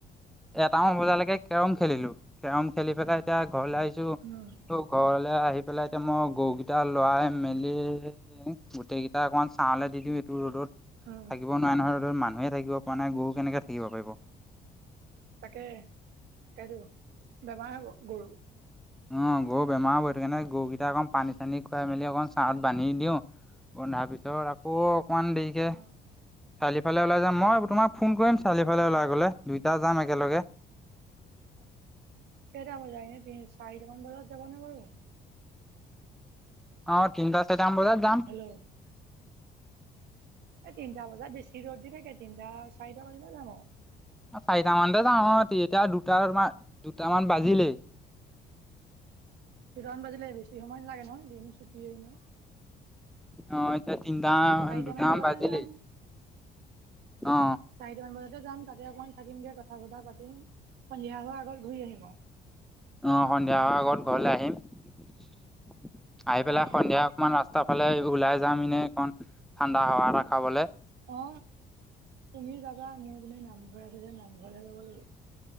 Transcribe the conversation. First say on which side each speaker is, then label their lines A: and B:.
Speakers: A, in the centre; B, on the right (about 75°).
A: এটামান বজালৈকে কেৰম খেলিলো। কেৰম, খেলি পেলাই এতিয়া ঘৰলৈ আহিছো।
B: উম
A: ত, ঘৰলৈ আহি পেলাই, এতিয়া মই গৰুকেইটা লৰাই মেলি গোটেই, কেইটা অকমান চাহলে দি দিওঁ, এইটো ৰ'দত। থাকিব
B: উম
A: নোৱাৰে নহয়, মানুহে থাকিব পৰা নাই, গৰু কেনেকে থাকিব পাৰিব।
B: তাকে, এইটো, বেমাৰ গৰু
A: উম, গৰু বেমাৰ হৈ সেইকাৰণে গৰুকেইটা অকণ পানী চানী খুৱাই মেলি, অকণ চাত বান্ধি দিওঁ। বন্ধাৰ পিছত আকৌ, অকমান দেৰিকে।
B: অ
A: চাৰিআলিফালে ওলাই যাম। মই তোমাক ফোন কৰিম চাৰিআলি ফালে ওলাই গ'লে, দুইটা যাম একেলগে।
B: কেইটা বজাত, তিনি চাৰিটামান বজাত যাব নে, বাৰু?
A: অ, তিনিটা, চাৰিটা বজাত যাম।
B: উম, এই তিনিটা বজাত বেছি ৰ'দ দি থাকে। তিনিটা চাৰিটা বজাতে যাম আৰু।
A: চাৰিটা মানতে যাওঁ। অ, এতিয়া দুটা- দুটামান, বাজিলেই।
B: দুটান বাজিলে বেছি সময় নালাগে ন, দিন চুটিয়েই এনেও।
A: অ, এতিয়া তিনিটা,
B: চাৰিটামান
A: দুটা
B: বজাতে
A: বাজিলে।
B: যাম
A: অ,
B: চাৰিটামান বজাতে যাম, তাতে অকণমান থাকিমগে কথা- চথা পাতিম। সন্ধিয়া হোৱা আগত ঘূৰি আহিব।
A: অ, সন্ধিয়া আগত ঘৰলে আহিম। আহি পেলাই
B: অ
A: সন্ধিয়া
B: সেইটোৱে
A: অকমান ৰাস্তা ৰাস্তাৰফালে ওলাই যাম। এনে অকন ঠাণ্ডা হাৱা খাবলৈ।
B: অ, তুমি যাবা, মোৰ বোলে নামঘৰ আছে যে, নামঘৰলে যাব লাগিব।